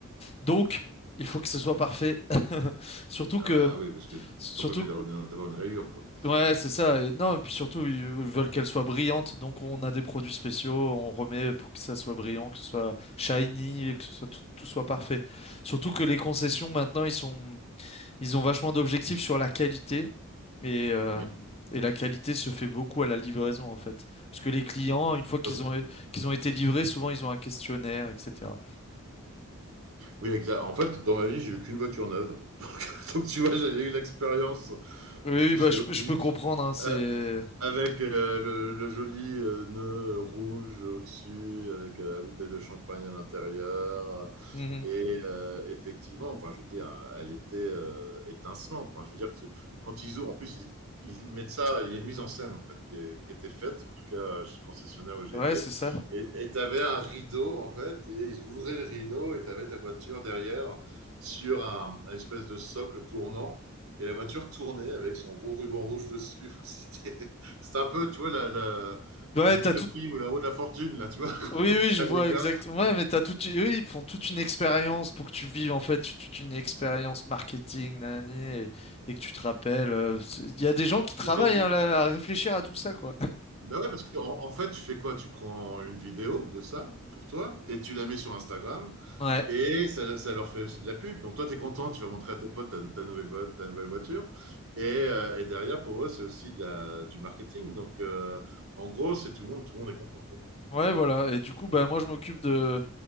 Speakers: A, on the left (about 30°); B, on the right (about 75°).
A: Donc, il faut que ce soit parfait. <laughs> Surtout
B: Ah
A: que,
B: bah, ah oui, parce que tu es
A: surtout
B: pas obligé
A: que
B: d'avoir une d'avoir une rayure, quoi.
A: Ouais, c'est ça. Et non, et puis surtout, ils veulent qu'elle soit brillante. Donc, on a des produits spéciaux, on remet pour que ça soit brillant, que ce soit shiny, et que ce soit tout, tout soit parfait. Surtout que les concessions, maintenant, ils sont, ils ont vachement d'objectifs sur la qualité. Et, euh,
B: Oui.
A: et la qualité se fait beaucoup à la livraison, en fait. Parce que les clients, une fois qu'ils
B: Parce
A: ont, qu'ils ont été livrés, souvent, ils ont un questionnaire, etc.
B: oui, exact. en fait, dans ma vie, j'ai eu qu'une voiture neuve. <laughs> Donc donc tu vois, j'ai eu l'expérience.
A: Oui,
B: C'était
A: oui, bah,
B: chez
A: je,
B: Audi.
A: peux je peux comprendre, hein, c'est...
B: Euh, avec euh, le, le joli euh, nœud rouge au-dessus, avec euh, la bouteille de champagne à l'intérieur.
A: Mhm.
B: Et euh, effectivement, enfin, je veux dire, elle était euh, étincelante. Enfin, je veux dire que quand ils ouvrent, en plus, ils, ils mettent ça, il y a une mise en scène en fait qui, est- qui était faite, en tout cas chez le concessionnaire où j'étais.
A: Ouais, c'est ça.
B: Et tu avais un rideau en fait, et ils ouvraient le rideau et tu avais ta voiture derrière sur un, un espèce de socle tournant. Et la voiture tournait avec son gros ruban rouge dessus. <laughs> C'était c'était un peu, tu vois, la, la-
A: Ouais,
B: le juste
A: t'as tout
B: prix ou la roue de la fortune, là, tu vois, <laughs>
A: Oui,
B: quand
A: oui, je
B: t'as
A: vois
B: les gars.
A: exactement. Ouais, mais t'as toute... eux, ils font toute une expérience pour que tu vives, en fait, toute une expérience marketing, nanani, et, et que tu te rappelles. euh, c'est- Il y a des gens qui travaillent
B: Et tu dit,
A: hein, là, à réfléchir à tout ça, quoi.
B: ben ouais, parce qu'en en fait, tu fais quoi? Tu prends une vidéo de ça pour toi et tu la mets sur Instagram
A: <laughs> Ouais,
B: et ça, ça leur fait aussi de la pub. Donc toi, tu es content, tu vas montrer à tes potes ta, ta nouvelle, vo- ta nouvelle voiture. Et, euh, et derrière, pour eux, c'est aussi de la- du marketing. Donc euh, en gros, c'est tout le monde, tout le monde est content, quoi.
A: ouais, voilà. Et du coup, bah, moi, je m'occupe de